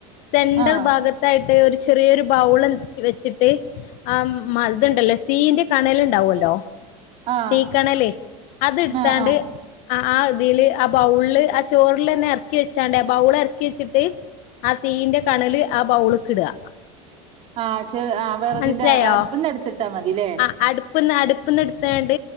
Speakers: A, on the left (about 50°); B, on the right (about 40°).
A: സെന്റെർ
B: ആ
A: ഭാഗത്തായിട്ട് ഒരു ചെറിയൊരു ബൗളെന്തേലും വെച്ച്ട്ട് ആഹ് ഇത്ണ്ടല്ലോ തീന്റെ കണല് ഉണ്ടാവല്ലോ
B: ആ
A: തീക്കണല് അത് എടുത്താണ്ട്
B: ആ ആ
A: ആഹ് ആ ഇതിയില് ആ ബൗളില് ആ ചോറില് തന്നെ ഇറക്കി വെച്ചാണ്ടേ ആ ബൗള് ഇറക്കി വെച്ചിട്ട് ആ തീയിന്റെ കണല് ആ ബൗള്ക്ക്ടാ
B: ആഹ് ചെ ആഹ് വിറകിന്റെ
A: മനസ്സിലായോ
B: അരിപ്പൊന്നന്ന് എടുത്തിട്ടാൽ മതില്ലേ
A: ആ അട്പ്പ്ന്ന് അട്പ്പ്ന്ന് ഇട്ത്താണ്ട്